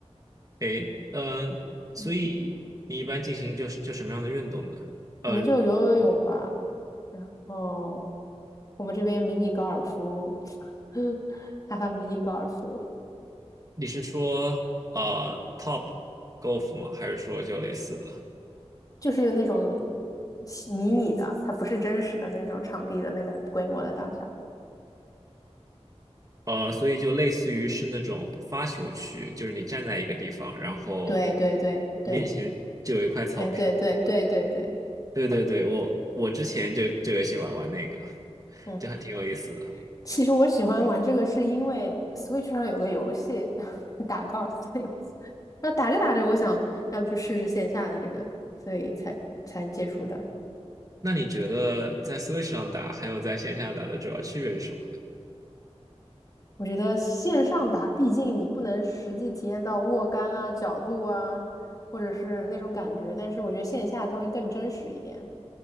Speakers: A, on the right (about 30°); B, on the left (about 30°).
A: 诶，嗯、所以你一般进行就是就什么样的运动呢？
B: 嗯，
A: 呃，
B: 可能就游游泳吧，然后我们这边迷你高尔夫，<laughs> 他发迷你高尔夫
A: 你是说呃 top golf 吗？还是说就类似的？
B: 就是那种小迷你的，它不是真实的那种场地的那个规模的大小。
A: 呃，所以就类似于是那种发球区，就是你站在一个地方，然后
B: 对对对
A: 面前就有一块草坪。
B: 对对对对对对对，
A: 对对对，我我之前就就有喜欢玩那个，
B: 嗯。
A: 就还挺有意思的。
B: 其实我喜欢玩这个是因为 Switch 上有个游戏，<laughs> 打 golf 的游戏。然后打着打着，我想要不去试试线下的这个，所以才才接触的。
A: 那你觉得在 Switch 上打还有在线下打的主要区别是什么呢？
B: 我觉得线上打，毕竟你不能实际体验到握杆啊、角度啊，或者是那种感觉。但是我觉得线下它会更真实一点，